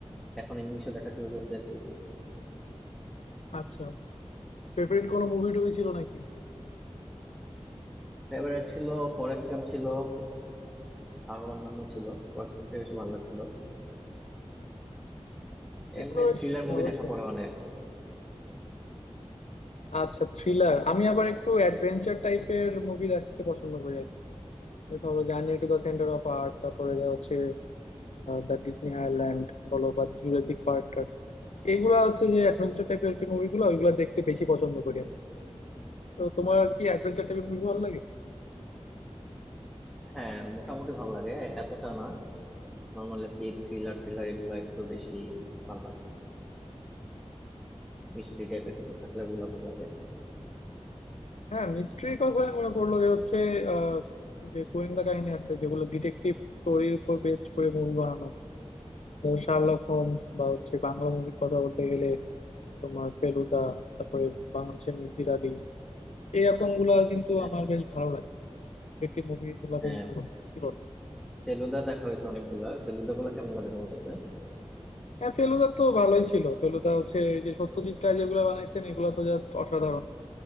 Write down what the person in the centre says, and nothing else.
এখন ইংলিশে দেখা শুরু করতে আর কি
ফেভারিট ছিল ফরেস্ট গাম্প ছিল আরো অন্যান্য ছিল ফরেস্ট গাম্পটা বেশি ভালো লাগছিল
এমনি
থ্রিলার মুভি
দেখা
পড়ে অনেক
হ্যাঁ মোটামুটি ভালো লাগে এতটা না নর্মাল আর কি থ্রিলার থ্রিলার এগুলো একটু বেশি ভালো লাগে মিষ্টি টাইপের কিছু থাকলে ওগুলা ভালো লাগে আর কি
হ্যাঁ
হ্যাঁ,
ফেলুদা দেখা হয়েছে অনেকগুলা ফেলুদা গুলা কেমন লাগে তোমার কাছে